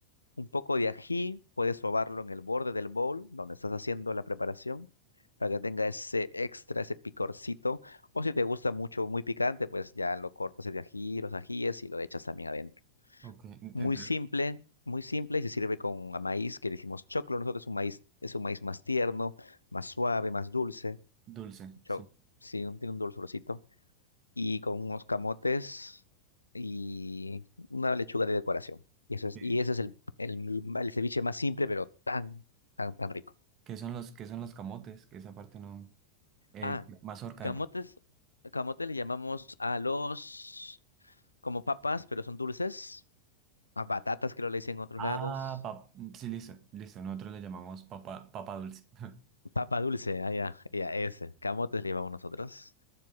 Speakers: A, on the left (about 80°); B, on the right (about 35°).
A: Un poco de ají, puedes sobarlo en el borde del bowl donde estás haciendo la preparación para que tenga ese extra, ese picorcito. O si te gusta mucho, muy picante, pues ya lo cortas el ají, los ajíes y lo echas también adentro.
B: Ok, en-
A: Muy
B: entonces,
A: simple, muy simple y se sirve con a maíz que le decimos choclo. Nosotros es un maíz, es un maíz más tierno, más suave, más dulce.
B: dulce,
A: Cho-
B: sí.
A: sí, un- tiene un dulzorcito. Y con unos camotes y una lechuga de decoración. Y eso es,
B: Sí.
A: y ese es el, el, el ceviche más simple, pero tan, tan, tan rico.
B: ¿Qué son los, qué son los camotes? Que esa parte no. Eh,
A: Ah,
B: mazorca
A: camotes,
B: de...
A: camote le llamamos a los como papas, pero son dulces. A batatas creo le dicen en otros
B: Ah,
A: lados.
B: pa- sí, listo, listo. Nosotros le llamamos papa, papa dulce. <laughs>
A: Papa dulce, allá, ya, ese. Camotes le llamamos nosotros.